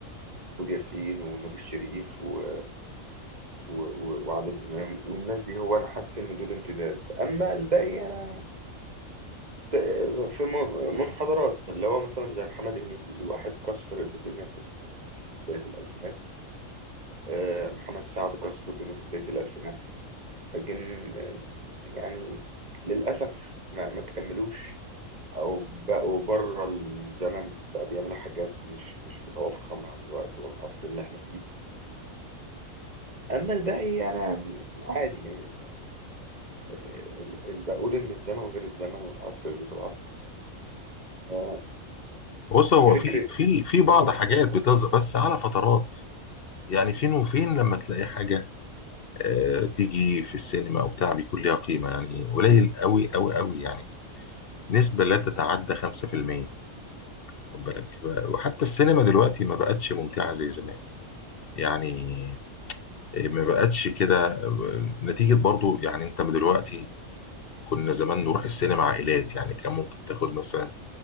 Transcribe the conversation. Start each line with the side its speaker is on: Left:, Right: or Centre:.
Right: محمود ياسين ونور الشريف و... و... و... وعادل إمام والناس دي هو أنا حاسس إن دول امتداد أما الباقي أنا ت- في م- منحدرات اللي هو مثلا زي محمد هنيدي واحد كسر الدنيا في ال- في بداية الألفينات آه، محمد سعد كسر الدنيا في بداية الألفينات لكن آه، يعني للأسف ما, ما كملوش أو بقوا بره الزمن بقى بيعملوا حاجات مش مش متوافقة مع الوقت والعصر اللي احنا فيه أما الباقي أنا عادي يعني ال- ال- بقول إن الزمن غير الزمن والعصر غير العصر اه
Left: بص هو
Right: ففكرة
Left: في في في بعض
Right: فكرة التقويم
Left: حاجات بتظهر بس على فترات يعني فين وفين لما تلاقي حاجة آه، تيجي في السينما او بتاع بيكون ليها قيمه يعني قليل قوي قوي قوي يعني نسبه لا تتعدى 5% خد بالك ف- وحتى السينما دلوقتي ما بقتش ممتعه زي زمان يعني آه، ما بقتش كده آه، نتيجه برضو يعني انت من دلوقتي كنا زمان نروح السينما عائلات يعني كان ممكن تاخد مثلا